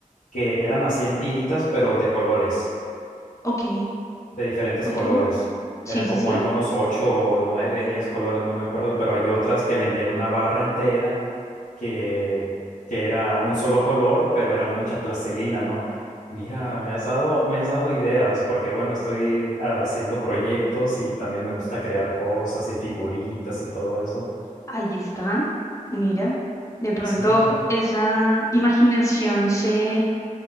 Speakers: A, on the left; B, on the left.
A: que eran así en tiritas, pero de colores.
B: Ok,
A: de diferentes
B: ok,
A: colores.
B: sí,
A: Eran
B: sí,
A: como
B: sí.
A: algunos ocho, nueve, diez colores, no me acuerdo, pero hay otras que vendían una barra entera que, que era un solo color, pero era mucha plastilina, ¿no? Mira, me has dado, me has dado ideas porque, bueno, estoy haciendo proyectos y también me gusta crear cosas y figuritas y todo eso.
B: Ahí está, mira, de pronto
A: Sí,
B: esa imaginación se